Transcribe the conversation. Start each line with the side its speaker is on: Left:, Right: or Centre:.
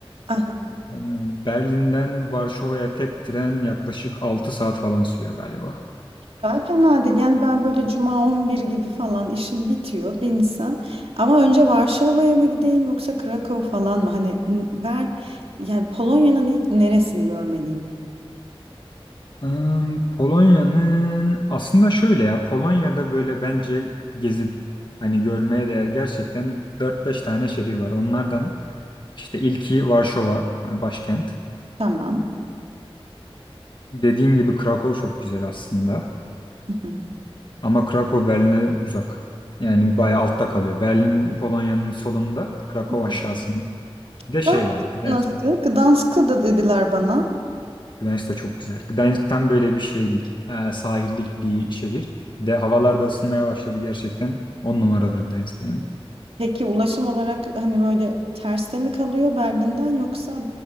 Right: Aha,
Left: E, Berlin'den Varşova'ya tek tren yaklaşık 6 saat falan sürüyor galiba.
Right: daha fena değil. Yani ben böyle cuma 11 gibi falan işim bitiyor, binsem. Ama önce Varşova'ya mı gideyim yoksa Krakow falan mı? Hani n- ben yani Polonya'nın ilk neresini görmeliyim?
Left: Am, Polonya'nın aslında şöyle ya Polonya'da böyle bence gezip hani görmeye değer gerçekten dört beş tane şehir var. Onlardan işte ilki Varşova hani başkent.
Right: Tamam.
Left: Dediğin gibi Krakow çok güzel aslında
Right: Hı hı.
Left: ama Krakow Berlin'e uzak. Yani bayağı altta kalıyor. Berlin Polonya'nın solunda, Krakow
Right: Hı
Left: aşağısında.
Right: hı.
Left: Bir de
Right: Gdansk
Left: şey var, Gdansk
Right: nasıl?
Left: var.
Right: Gdansk'ı da dediler bana.
Left: Gdansk da çok güzel. Gdansk tam böyle bir şeylik, e, sahillik bir şehir. Bir de havalar da ısınmaya başladı gerçekten. On numaradır Gdansk yani.
Right: Peki ulaşım olarak hani böyle terste mi kalıyor Berlin'den yoksa